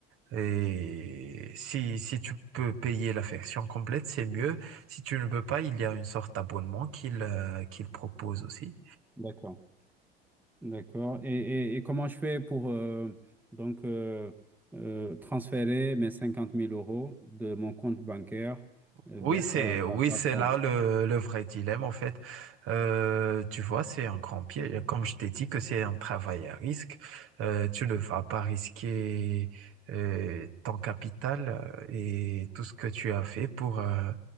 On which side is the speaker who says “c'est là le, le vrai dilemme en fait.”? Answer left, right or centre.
Right